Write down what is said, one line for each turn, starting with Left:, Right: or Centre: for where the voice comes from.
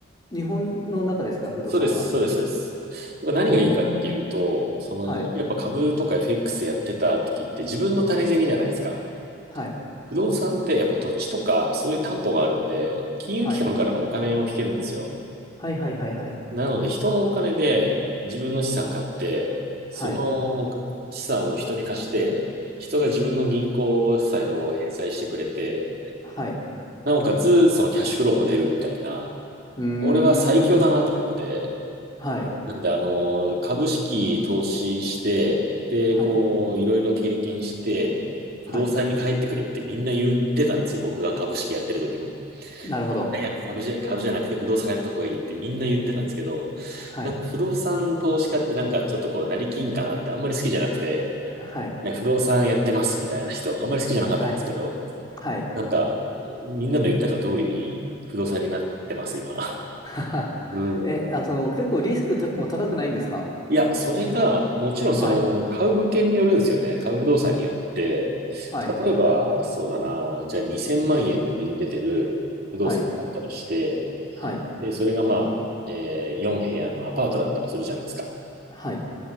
Left: 日本の中ですか、不動産は。
Right: そうです、そうです、そうです。やっぱ何がいいかっていうと、
Left: あー、
Right: その、
Left: はい。
Right: やっぱ株とか FX やってた時って自分の種銭じゃないですか。
Left: はい。
Right: 不動産ってやっぱ土地とかそういう担保があるんで、金融機関からのお金を引けるんですよ。
Left: はい。はいはいはいはい。
Right: なので、人のお金で自分の資産買って、その資産を人に貸して、
Left: はい。
Right: 人が自分の銀行債を返済してくれて、
Left: はい。
Right: なおかつ、そのキャッシュフローも出るみたいな、
Left: うー
Right: これは最強だなと思って、
Left: ん。はい。
Right: なので、あの、株式投資して、で、
Left: はい。
Right: こう、いろいろ経験して、不動産に帰ってくるってみんな言ってたんですよ、
Left: はい。
Right: 僕が株式やってる時も。
Left: なるほど。
Right: 早く株じゃ、株じゃなくて不動産やった方がいいってみんな言ってたんですけど、
Left: はい。
Right: なんか不動産投資家ってなんかちょっとこう、成金感あってあんまり好きじゃなくて、
Left: はい。
Right: いや不動産やってますみたいな人、あんまり好きじゃなかったんですけど、
Left: はいはい。はい。
Right: なんか、みんなの言ってた通りに不動産になってます、今。
Left: <laughs> ははえ、
Right: うん。
Left: あと、結構リスクとも高くないんですか
Right: いや、それが、もちろんその、
Left: はい。
Right: 買う物件によるんですよね。買う不動産によって、
Left: はい。
Right: 例えば、そうだな、じゃあ2000万円で売りに出てる不動産があったとして、
Left: はい。はい。
Right: で、それがまあ、えー、4部屋のアパートだったとするじゃないですか。
Left: はい。